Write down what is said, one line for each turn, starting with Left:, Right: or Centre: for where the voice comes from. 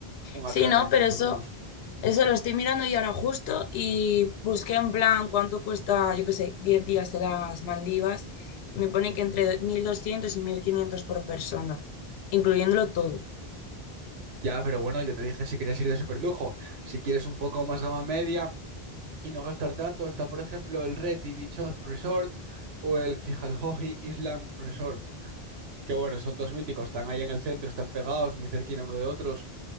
Right: un
Left: Sí,
Right: atraco
Left: no,
Right: ni
Left: pero
Right: mucho
Left: eso,
Right: menos.
Left: eso lo estoy mirando y ahora justo y busqué en plan cuánto cuesta, yo qué sé, 10 días de las Maldivas y me pone que entre 1.200 y 1.500 por persona, incluyéndolo todo.
Right: Ya, pero bueno, yo te dije si querías ir de superlujo. Si quieres un poco más gama media y no gastar tanto, está por ejemplo el Reti Beach O- Resort o el Fijalhoji Island Resort. Que bueno, son dos míticos, están ahí en el centro, están pegados, muy cerquita uno de otros.